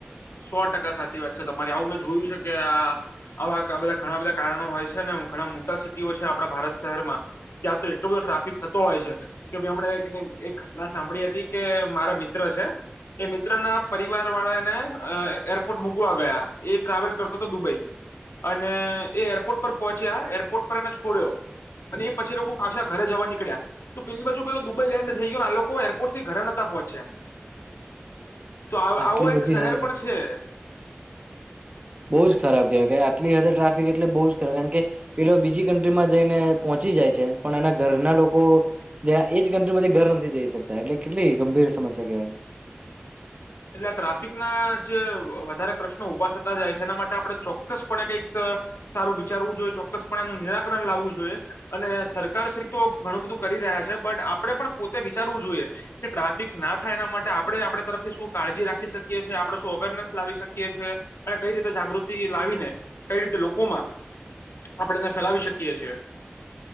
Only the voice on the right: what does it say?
આટલી
બધી
હદે
બહુ જ ખરાબ કેહેવાય કે આટલી હદ ટ્રાફિક એટલે બહ જ ખરાબ કારણ કે પેલો બીજી કન્ટ્રીમાં જઈને પહોંચી જાય છે પણ એના ઘરના લોકો ત્યાં એજ કન્ટ્રીમાંથી ઘર નથી જઈ શકતા એટલે કેટલી ગંભીર સમસ્યા કેહેવાય.